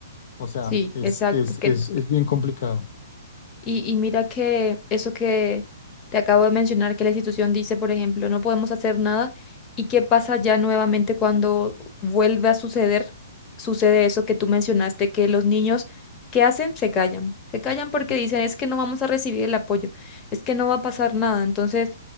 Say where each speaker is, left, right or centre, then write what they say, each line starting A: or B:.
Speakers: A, on the left; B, on the left.
A: O sea,
B: Sí,
A: es,
B: exacto.
A: es,
B: Que
A: es,
B: no.
A: es bien complicado.
B: Y, y mira que eso que te acabo de mencionar, que la institución dice, por ejemplo, no podemos hacer nada. ¿Y qué pasa ya nuevamente cuando vuelve a suceder? Sucede eso que tú mencionaste, que los niños, ¿qué hacen? Se callan. Se callan porque dicen, es que no vamos a recibir el apoyo, es que no va a pasar nada. Entonces,